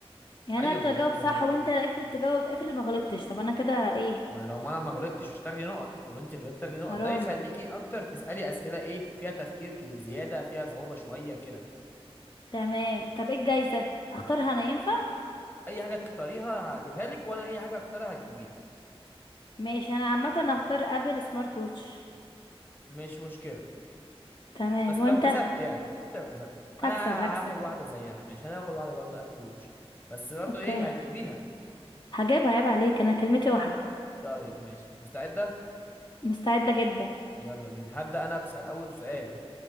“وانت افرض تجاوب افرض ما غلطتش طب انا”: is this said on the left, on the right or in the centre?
Left